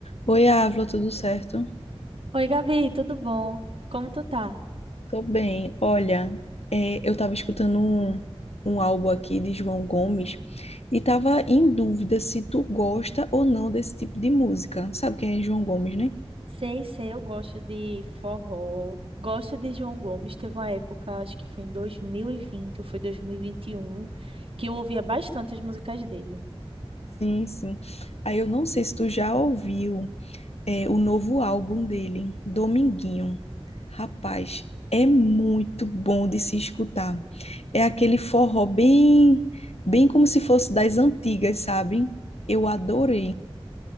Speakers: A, on the left; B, on the right.
A: Oi, Ávila, tudo certo?
B: Oi, Gabi, tudo bom? Como tu tá?
A: Tô bem. Olha, é, eu tava escutando um, um álbum aqui de João Gomes e tava em dúvida se tu gosta ou não desse tipo de música. Sabe quem é João Gomes, né?
B: Sei, sei, eu gosto de forró, gosto de João Gomes. Teve uma época, acho que foi em 2020 ou foi dois mil e e vinte e um, que eu ouvia bastante as músicas dele.
A: Sim, sim. Aí eu não sei se tu já ouviu, é, o novo álbum dele, Dominguinho. Rapaz, é muito bom de se escutar. É aquele forró bem, bem como se fosse das antigas, sabe? Eu adorei.